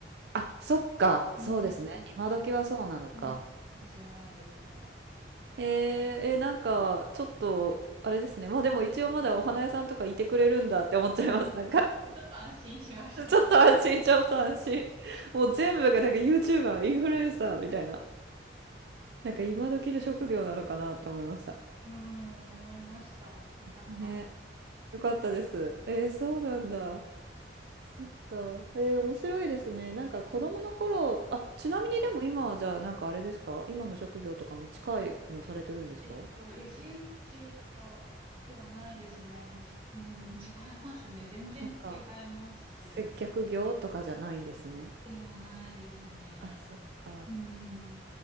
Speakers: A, on the right; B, on the right.
A: あ、そっか。
B: ねうん、
A: そうですね。今時はそうなのか。
B: そうに。かもしれないですね。
A: えー、
B: うん
A: えー、なんかちょっと、あれですね。まあでも一応まだお花屋さんとかいてくれるんだって思っちゃいます。なんか
B: ちょっと安心しました。
A: <laughs> ちょっと安心、ちょっと安心。もう全部がなんか YouTuber、インフルエンサーみたいな。なんか今時の職業なのかなって思いました。
B: うん、思いました。よかった。
A: ね。よかったです。えー、そうなんだ。そっか。えー、面白いですね。なんか子供の頃、
B: <laughs>
A: あ、ちなみにでも今はじゃあなんかあれですか今の職業とかも近いのされてるんですか
B: えっと、レジ打ちとかではないですね。たし、うん、違いますね。全然違います。
A: なんか接客業とかじゃないんですね。
B: ではないですね。
A: あ、そっか。
B: なんか、うん。